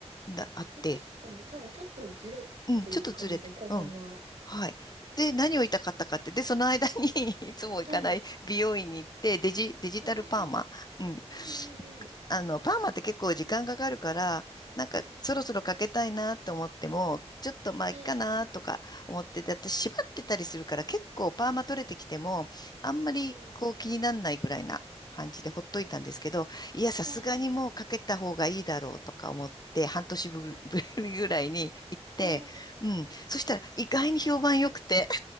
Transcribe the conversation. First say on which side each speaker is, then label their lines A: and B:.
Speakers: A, on the left (about 35°); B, on the right (about 85°).
A: な。だ、あって、
B: まあ確かに、じゃあ、ちょっとずれてるって感じですね、
A: うん、ちょっとずれて、
B: 後半は。
A: うん。はい。で、何を言いたかったかって、で、その間に <laughs> いつも行かない美容院に行って、
B: はい。
A: デジ、デジタルパーマ、
B: ああ。
A: うん、
B: うんうんうん。
A: あの、パーマって結構時間かかるから、なんかそろそろかけたいなと思っても、
B: うん
A: ちょっとまあいっかなとか思ってて、
B: うん。はい。
A: だって縛ってたりするから結構パーマ取れてきても、あんまりこう気になんないぐらいな感じでほっといたんですけど、
B: うんうん。
A: いや、さすがにもうかけた方がいいだろうとか思って、
B: はい。
A: 半年ぶりぐらいに行って、
B: うんうん。ああ。
A: うん。そしたら意外に評判良くて、